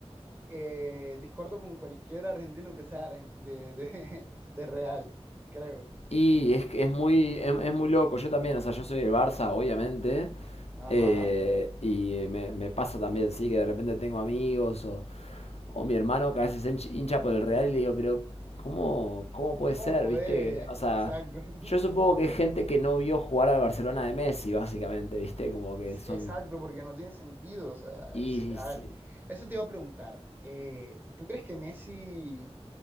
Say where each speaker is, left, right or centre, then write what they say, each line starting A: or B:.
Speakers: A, on the right (about 20°); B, on the left (about 75°).
A: eh, discordo con cualquier argentino que sea argen- de, de, <laughs> de Real, creo.
B: Y es que es muy, es, es muy loco. Yo también, o sea, yo soy el Barça, obviamente. eh,
A: Ajá.
B: y me, me pasa también, sí, que de repente tengo amigos o, O mi hermano que a veces es hincha por el Real y le digo, pero ¿cómo, cómo puede
A: ¿Cómo
B: ser?
A: podés?
B: ¿Viste? O sea,
A: Exacto. <laughs>
B: yo supongo que es gente que no vio jugar al Barcelona de Messi, básicamente, ¿viste? Como que
A: Sí,
B: son...
A: Exacto, porque no tiene sentido. O sea,
B: Y...
A: sí,
B: y-
A: a
B: si,
A: ver, eso te iba a preguntar. eh, ¿tú crees que Messi